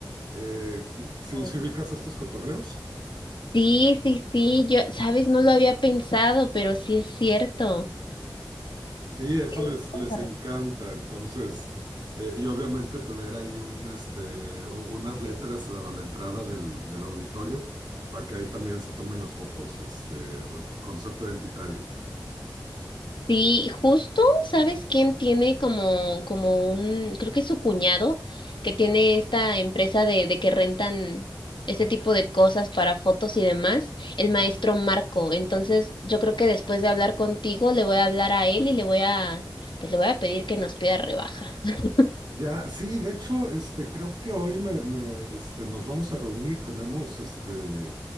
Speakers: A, on the right; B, on the left.
A: Eh, ¿sí,
B: Oh.
A: sí ubicas estos cotorreos?
B: Sí, sí, sí, yo, sabes, no lo había pensado, pero sí es cierto.
A: Sí, eso
B: Tienes
A: les, les
B: toda
A: encanta.
B: la
A: Entonces, eh, y obviamente tener ahí un, este, u- unas letras eh, a la entrada del, del auditorio para que ahí también se tomen las fotos, este, concepto identitario.
B: Sí, justo, ¿sabes quién tiene como, como un, creo que es su cuñado, que tiene esta empresa de, de que rentan ese tipo de cosas para fotos y demás, el maestro Marco. Entonces, yo creo que después de hablar contigo, le voy a hablar a él y le voy a, pues le voy a pedir que nos pida rebaja. <laughs>
A: Ya, sí, de hecho, este, creo que hoy me, me, este, nos vamos a reunir, tenemos este,